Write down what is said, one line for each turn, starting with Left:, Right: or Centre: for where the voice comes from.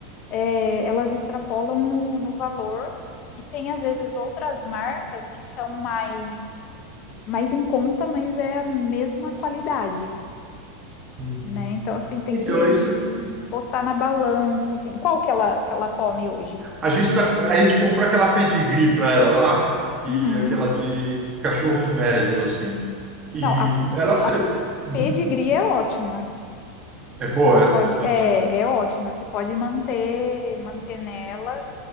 Left: é, elas extrapolam no, no valor e tem às vezes outras marcas que são mais mais em conta, mas é a mesma qualidade,
Right: Uhum.
Left: né? Então assim tem
Right: Então,
Left: que
Right: é isso que eu-
Left: botar na balança assim qual que ela que ela come hoje.
Right: a gente tá, a gente comprou aquela pedigree para ela lá e
Left: Uhum.
Right: aquela de cachorros médios assim. E
Left: Não, a,
Right: ela se...
Left: a
Right: Uhum.
Left: pedigree é ótima.
Right: É boa,
Left: Você pode
Right: é. Então
Left: é,
Right: tá bom.
Left: é ótima. Você pode manter manter nela